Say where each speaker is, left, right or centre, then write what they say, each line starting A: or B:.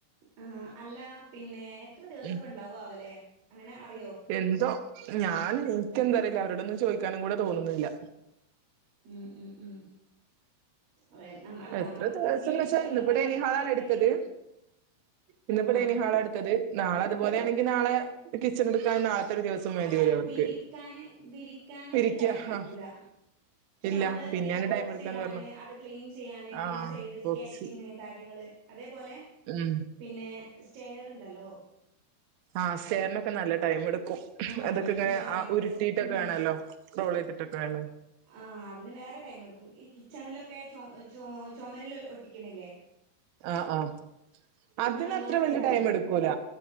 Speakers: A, on the right (about 85°); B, on the right (about 70°).
A: ആഹ് അല്ല പിന്നെ എത്ര ദിവസൊക്കെ
B: ഉം
A: ഉണ്ടാവു ആവല്ലെ അങ്ങനെ അറിയോ
B: എന്തോ ഞാൻ ഇന്ക് എന്താറില്ല അവരോടൊന്നും ചോയ്ക്കാനും കൂടെ തോന്നുന്നില്ല
A: ഉം ഉം ഉം അതെ, നമ്മ അല്ല
B: എത്ര
A: നമ്മളെ മനസ്സിലൊരു
B: ദിവസംന്ന്
A: ഇഷ്ടങ്ങളും
B: വെച്ചാ ഇന്നിപ്പോ
A: കാര്യങ്ങളൊക്കെ
B: ഡൈനിഹാളാണ്
A: ഉണ്ടെങ്കി
B: എടുത്തത് ഇന്നിപ്പോ
A: ആഹ്
B: ഡേനിങ്‌ഹാള ഇട്ത്തത് നാളെ അതുപോലൊണെങ്കി നാളെ കിച്ചൺ ട്ക്കാൻ നാളത്തെ ഒരു ദിവസം വേണ്ടി
A: അല്ല
B: വരും അവർക്ക്
A: വിരിക്കാന് വിരിക്കാന്
B: ഇരിക്ക
A: ടൈം എടുക്കൂല.
B: ആ
A: പക്ഷെ
B: ഇല്ല
A: നമ്മള്
B: പിന്നെയാണ്
A: ഈ അപ്പോക്സി
B: ടൈം എടുക്കാന്ന്
A: ഇടാന്
B: പറഞ്ഞു
A: അത് ക്ലീൻ ചെയ്യാന് പിന്നെ
B: ആഹ്
A: സൈഡ് സ്കാറ്റിങ്
B: ബോക്സ്
A: കാര്യങ്ങള് അതേപോലെ
B: ഉം
A: പിന്നെ സ്‌റ്റയർ ഇണ്ടല്ലോ.
B: ആഹ് സെയർന് ക്കെ നല്ല ടൈം എടുക്കും
A: ആഹ്
B: അതൊക്കെ ഇങ്ങനെ
A: നല്ല ടൈം
B: ആ
A: എടുക്കും
B: ഉരുട്ടീട്ടൊക്കെ
A: ഉം
B: വേണല്ലോ റോൾ ചെയ്തിട്ടൊക്കെ വേണ
A: ആ അതിന് വേറെ ടൈം എടുക്കും ഈ കിച്ചണിലൊക്കെ ചൊ ചൊ ചൊമരിൽ ഒട്ടിക്ക്ണില്ലേ.
B: ആഹ് ആഹ് അതിന്
A: നല്ലോണം
B: അത്ര വല്യ ടൈം
A: എടുക്കും
B: എടുക്കൂല